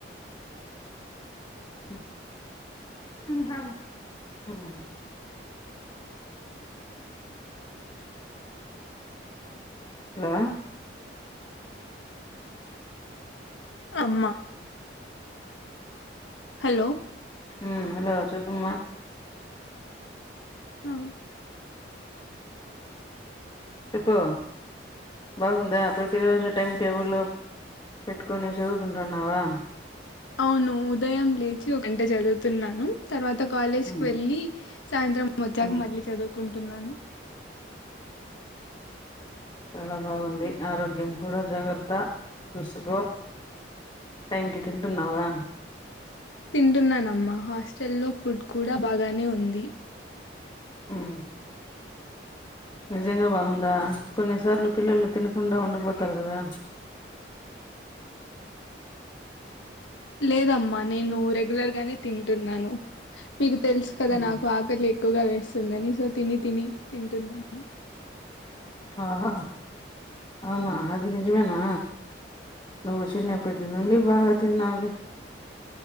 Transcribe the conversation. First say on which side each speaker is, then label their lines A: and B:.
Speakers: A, on the left; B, on the left.
A: <inaudible>
B: <inaudible>
A: హలో
B: అమ్మ హలో
A: హ హలో చెప్పమ్మా
B: అ
A: చెప్పు బాగుందా ప్రతిరోోజు టైమ్ టేబుల్ పెట్టుకొని చదువుకుంటున్నావా
B: అవును ఉదయం లేచి ఒక గంట చదువుతున్నాను తర్వాత కాలేజ్కి
A: ఉమ్
B: వెళ్ళి సాయంత్రం వచ్చాక
A: ఉమ్
B: మళ్ళీ చదువు కుంటున్నాను
A: చాలా బాగుంది ఆరోగ్యం కూడా జాగ్రత్త చూసుకో టైం కి తింటున్నావా
B: తింటున్నానమ్మా హాస్టల్ లో ఫుడ్ కూడా బాగానే ఉంది
A: ఆమ్ నిజంగా బాగుందా కొన్నిసార్లు పిల్లలు తినకుండా ఉండిపోతారు కదా
B: లేదమ్మా నేను రెగ్యులర్ గానే తింటున్నాను మీ తెల్సు కదా
A: ఉమ్
B: నాకు ఆకలి ఎక్కువగా వేస్తుందని సో తిని తిని తింటున్నాను
A: ఆహా అవునా అది నిజమేనా నువ్వు చిన్నప్పటి నుండి బాగా తిన్నవులే